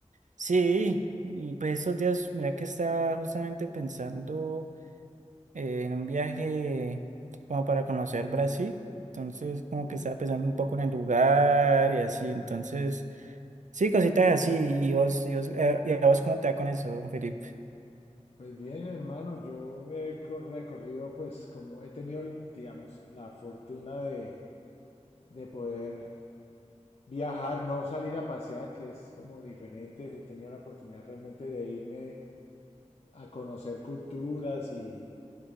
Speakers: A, on the right (about 80°); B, on the left (about 55°).
A: sí, y pues estos días, mira que estaba justamente pensando eh, en un viaje como para conocer Brasil, entonces como
B: Uy,
A: que estaba pensando un poco en el lugar y así, entonces... Sí, cositas así. ¿Y vos, y vos, eh, y a vos cómo te va con eso, Felipe?
B: Pues bien, hermano, yo he con- recorrido, pues como he tenido, digamos, la fortuna de, de poder viajar, no salir a pasear, que es como diferente. He tenido la oportunidad realmente de irme a conocer culturas y,